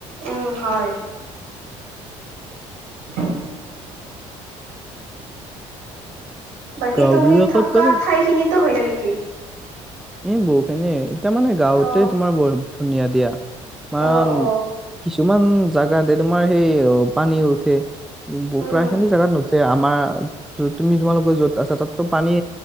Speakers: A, on the right; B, in the centre.
A: উম হয় <inaudible> বাকী
B: গাওঁ
A: তুমি
B: বিলাকত
A: থকা
B: মানে
A: ঠাইখিনিতো ছে নেকি?
B: এ বহুখিনিয়ে এতিয়া মানে গাঁৱতে
A: অ
B: তোমাৰ বৰ ধুনীয়া দিয়া। কাৰণ
A: অ অ
B: কিছুমান জাগাতে তোমাৰ সেই পানী উঠে। ব
A: উম
B: প্ৰায় খিনি জাগাত নুঠে, আমাৰ য তুমি তোমালোকৰ যত তাৰপাছতো পানী